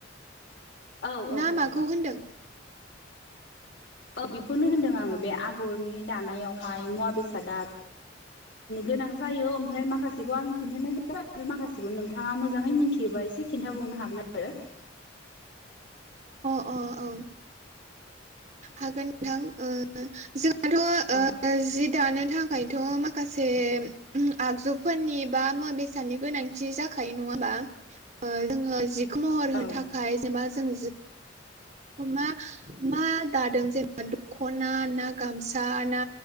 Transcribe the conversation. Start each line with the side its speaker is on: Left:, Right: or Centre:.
Left: औ औ
Right: ना माखौ
Left: औ
Right: होनदों?
Left: औ बेखौनो होनदों आंङो बे आगरनि दानायाव हाय मुवा बेसादा गोनां जायो ओमफ्राय माखासेखौ आं खिन्थानाय जाबाय माखासेखौ नोंथाङा मोजाङै मिथियोबा एसे खिन्थाबावनो हागोन आरो
Right: अ अ औ हागोन नोंथां ओ जों दाथ
Left: औ
Right: ओ जि दानो थाखायथ माखासे आगजुफोरनि बा मुवा बेसादनि गोनांथि जाखायो नङा होमबा ओ जोंङो जिखौ महर
Left: औ
Right: होनो थाखाय जेनेबा जों मा मा दादों जेनबा दखना ना गामसा ना